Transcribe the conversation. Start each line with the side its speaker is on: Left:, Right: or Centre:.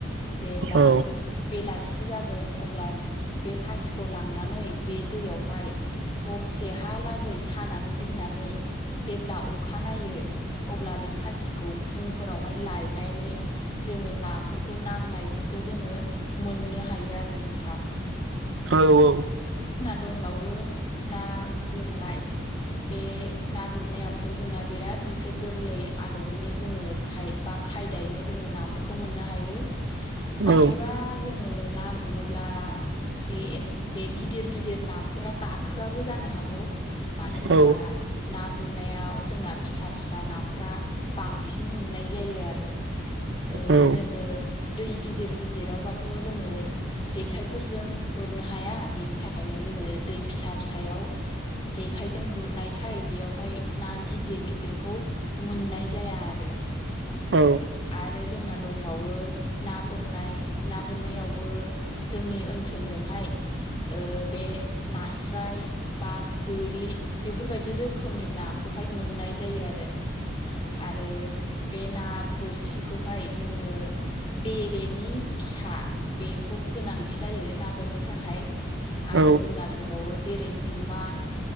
Left: जेब्ला
Right: औ
Left: बेला सि जागोन अब्ला बे फासिखौ लांनानै बे दैयावहाय हरसेहालागै सानानै दोननानै जेब्ला अखा नायो अब्ला बे फासिखौ फुंफोरावहाय लायनानै जोङो नाफोरखौ नांनायफोरखौ खौ जोङो मोननो हायो आरो नोंथां
Right: औ औ
Left: दंब्लावो ना गुरनाय बे ना गुरनायाबोथ' जोंना बिराद मोनसे गोरलै आदबैनो जोङो खाय बा खायदायैनो जोङो नाफोरखौ मोननो हायो नाथायबा
Right: औ
Left: जोङो ना गुरोब्ला बे बे गिदिर गिदिर नाफोरा गाखोआबो जानो हागौ मानो होमब्ला
Right: औ
Left: ना गुरनायाव जोंना फिसा फिसा नाफोरा बां सिन मोननाय जायो आरो ओ
Right: औ
Left: जोङो दै गिदिर गिदिरावबाथ' जोङो जेखाइफोरजों गुरनो हाया बेनि थाखायनो जोङो दै फिसा फिसायाव जेखायजों गुरनायखाय बेयावहाय ना गिदिर गिदिरखौ मोननाय जाया आरो
Right: औ
Left: आरो जोंना दंबावो ना बोननाय ना बोननायावबो जोंनि ओनसोल सोलजोंहाय बे नास्राय बा गोरि बेफोरबायदि रोखोमनि नाखौहाय मोननाय जायो आरो आरो बे ना बोरसिखौहाय जोंनो बेरेनि फिसा बेखौ गोनांथि जायो ना बोननो थाखाय आरो
Right: औ
Left: जोंना दंबावो जेरै गुमा